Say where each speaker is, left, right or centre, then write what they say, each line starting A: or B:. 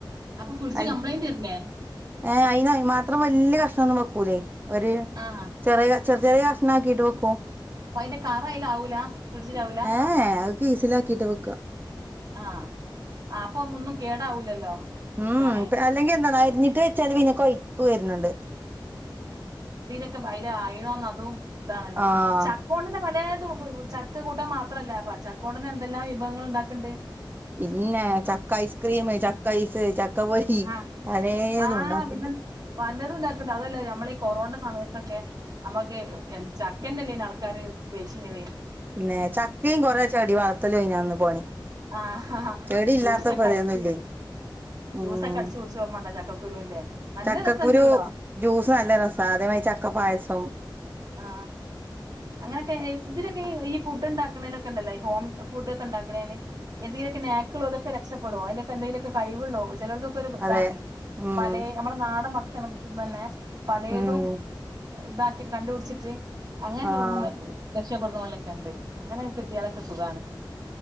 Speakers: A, on the right; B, on the right.
A: അപ്പൊ ഫ്രിഡ്ജ്
B: അൽ
A: കംപ്ലൈന്റ് വരില്ലേ
B: ഏ അയ്നയ്മാ ത്രം വല്യ കഷ്ണാെന്നും വെക്കൂലെ ഒര്
A: ആ
B: ചെറിയ ചെറ്യ ചെറ്യ കഷ്ണാക്കീട്ട് വെക്കും
A: അപ്പയ്ന്റെ കറ അയിലാവൂല ഫ്രിഡ്ജിലാവൂല
B: ഏഹ് അത് കീസിലാക്കിട്ട് വെക്ക
A: ആ അപ്പൊ ഒന്നും കേടാവൂലല്ലോ
B: ഊ
A: എന്താണ്
B: ഉം അല്ലെങ്കി എന്താന്നോ അര്ഞ്ഞിട്ട് വെച്ചാല് പിന്നെ കയ്പ്പ് വര്ണ് ണ്ട്
A: അയ്ൽ നയിണോന്ന് അതും താണല്ലോ
B: ആഹ്
A: ചക്കോണ്ടെന്നെ പലേത് ബ് ബ് ചക്ക കൂട്ടാൻ മാത്രല്ല പ്പ ചക്കാെണ്ടെന്നെ എന്തെല്ലാം വിഭവങ്ങൾണ്ടാക്ക്ണ്ട്
B: പിന്നേ ചക്ക ഐസ്ക്രീം ചക്ക ഐസ് ചക്ക പൊരി
A: ആഹ്
B: പലേതുംണ്ടാക്ക്ണ്ട്
A: ആഹ് പിന്നെ പലതും ണ്ടാക്ക്ണ്ട് അതല്ലോ ഞമ്മളീ കൊറോൺന്റെ സമയത്തൊക്കെ നമ്മക്ക് എ ചക്കന്നെല്ലേ ആൾക്കാര് പൊര്ച്ചീന്നത്
B: പിന്നെ ചക്കിംകൊറേ ചെടി വളർത്തലു ഏനി അന്ന് പണി
A: ആഹ ഹാ
B: ചെടി
A: ജ്യൂസൊക്കെ
B: ഇല്ലാത്ത പെരയൊന്നുല്ലേ
A: അട്ച്ച്
B: ഉം
A: ജ്യൂസൊക്കെ അട്ച്ച് കുട്ച്ചെ ഓർമ്മണ്ടോ ചക്കക്കുരൂന്റെ നല്ല
B: ചക്കക്കുരു
A: രസംണ്ടല്ലോ
B: ജ്യൂസ് നല്ല രസാ അതേമായ് ചക്കപ്പായസം
A: ആ അങ്ങനൊക്കെ ഇതിലൊക്കെ യു ഈ ഫുഡ്ണ്ടാക്ക്ണേലൊക്കെണ്ടല്ലോ ഹോം ഫുഡാെക്കെണ്ടാക്ക്ണേന് എന്തേലൊക്കെ നാക്ക്ള്ളതൊക്കെ രക്ഷ പ്പെടും അയ്ലൊക്കെ എന്തേലൊക്കെ കഴിവ്ള്ള ചെലാേൽതൊക്കെരു
B: അതെ
A: താണ്
B: ഉം
A: പലേ ഞമ്മളെ നാടൻ ഭക്ഷണം പലേതും
B: ഉം
A: താക്കിട്ട് കണ്ടു പുട്ച്ചിട്ട് അങ്ങനെ
B: ആഹ്
A: തൊട്ങ്ങുന്ന <unintelligible> ക്ഷപ്പെട്ന്നോലൊക്കെണ്ട് അങ്ങൻക്ക്ട്ടിയാലൊക്കെ സുഖാണ്